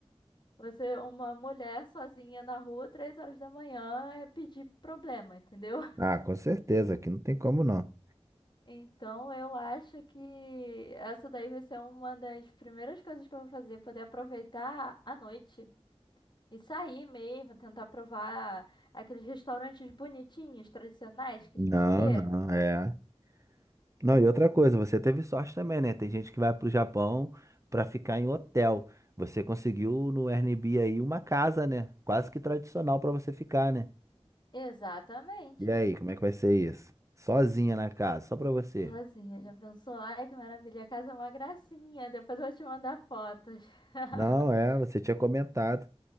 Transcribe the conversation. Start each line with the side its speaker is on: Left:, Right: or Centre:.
Left: Você, uma mulher sozinha na rua, 3 horas da manhã, é pedir problema, entendeu? <laughs>
Right: Ah, com certeza, aqui não tem como não.
Left: Então, eu acho que essa daí vai ser uma das primeiras coisas que eu vou fazer, poder aproveitar a noite. E sair mesmo, tentar provar aqueles restaurantes bonitinhos, tradicionais que
Right: Não,
Left: a gente vê.
Right: não, é. Não, e outra coisa, você teve sorte também, né? Tem gente que vai pro Japão pra ficar em hotel. Você conseguiu no Airbnb aí uma casa, né? Quase que tradicional pra você ficar, né?
Left: Exatamente.
Right: E aí, como é que vai ser isso? Sozinha na casa, só pra você.
Left: Sozinha, já pensou? Ai, que maravilha, a casa é uma gracinha. Depois eu vou te mandar fotos. <laughs>
Right: Não, é, você tinha comentado.